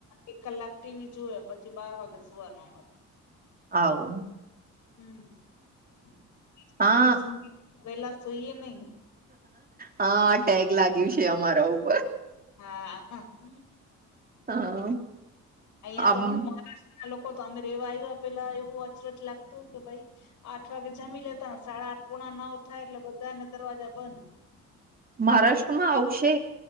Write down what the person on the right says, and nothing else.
આવુ
હા
હં ટેગ લાગ્યું છે અમારા ઉપર
હા
આમ
મહારાષ્ટ્રમાં આવુ સે?